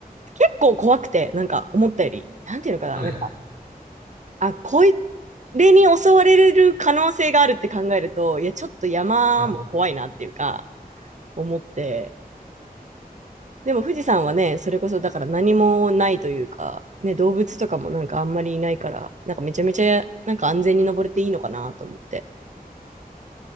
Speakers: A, on the right; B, on the right.
A: 結構怖くて、なんか、思ったより、なんていうのかな、
B: はい、
A: なんかあ、こいれに襲われる可能性があるって考えると、いや、ちょっと山も怖いなっていうか、
B: はい。
A: 思って。でも富士山はね、それこそだから何もないというか、ね、動物とかもなんかあんまりいないから、なんかめちゃめちゃ、なんか安全に登れていいのかなと思って。